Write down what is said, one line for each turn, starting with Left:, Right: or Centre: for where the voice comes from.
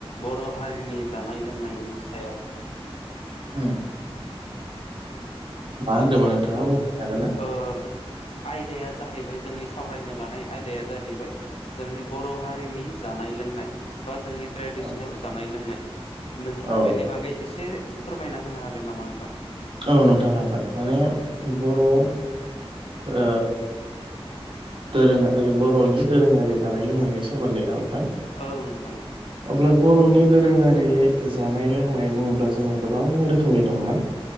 Left: बर' हारिनि जानाय लोंनायनि सायाव
Right: उम होनदोंमोन
Left: अब्ल
Right: नोंथाङा बुंफिननो हागोन ना
Left: आ आयदाया जाहैबाय जोंनि सावरायनो लानाय आयदाया जाहैबाय जोंनि बर' हारिनि जानाय लोंनाय बा जोंनि ट्रेडिसनेल
Right: औ
Left: जानाय लोंनाय नोंथाङा
Right: औ
Left: बेनि बागै एसे फोरमायना होनो हागोन नामा नोंथां‌।
Right: औ नोंथां हागोन माने बर' ओ दोरोङारि बर'नि दोरोङारि जानाय लोंनायनि सोमोन्दै ना नोंथां।
Left: औ नोंथां औ।
Right: अब्ला बर'नि दोरोङारि जानाय लोंनाय बुङोब्ला जोंहा गोबां रोखोमनि दंना।